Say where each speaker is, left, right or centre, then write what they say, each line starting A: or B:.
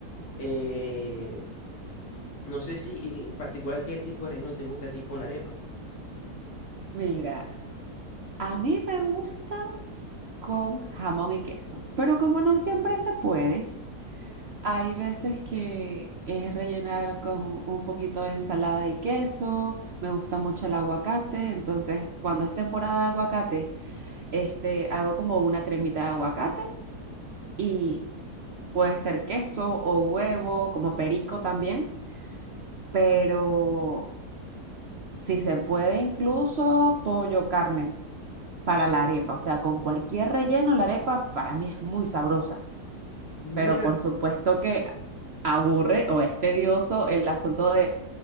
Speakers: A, on the left; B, on the right.
A: Eh, no sé si en particular qué tipo de relleno te gusta a ti con la arepa.
B: Mira, a mí me gusta con jamón y queso, pero como no siempre se puede, hay veces que es rellenar con un poquito de ensalada y queso. Me gusta mucho el aguacate, entonces cuando es temporada de aguacate, este, hago como una cremita de aguacate y Puede ser queso o huevo, como perico también, pero si se puede incluso pollo carne para
A: Sí.
B: la arepa, o sea, con cualquier relleno la arepa para mí es muy sabrosa,
A: Mira,
B: pero por supuesto que aburre o es tedioso el asunto de